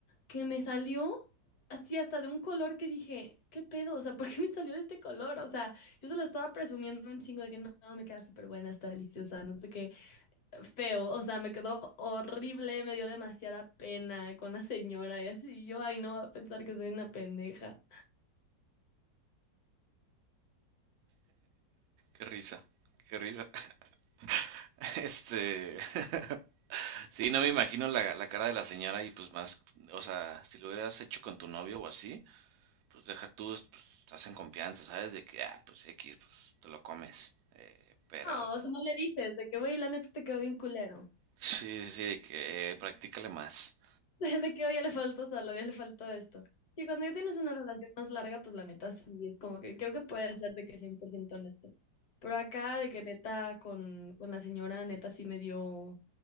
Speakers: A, on the left; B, on the right.
A: que me salió así hasta de un color que dije, ¿qué pedo? O sea, ¿por qué me salió de este color? O sea, yo se lo estaba presumiendo un chingo de que no, no, me queda súper buena, está deliciosa, no sé qué, feo, o sea, me quedó horrible, me dio demasiada pena con la señora y así, yo, ay, no va a pensar que soy una pendeja.
B: Qué risa, qué risa. <laughs> Este, <laughs> Sí, no me imagino la, la cara de la señora y pues más, o sea, si lo hubieras hecho con tu novio o así, pues deja tú, es- pues estás confianza, ¿sabes? De que, ah, pues X, pues te lo comes. Eh, pero
A: No, o sea, no le dices de que, güey, la neta te quedó bien culero.
B: sí, sí, de que eh, practícale más.
A: <laughs> De que, oye, le faltó sal, oye, le faltó esto. Y cuando ya tienes una relación más larga, pues la neta sí, es como que creo que puede ser de que 100% honesto. Pero acá, de que neta con, con la señora, neta sí me dio,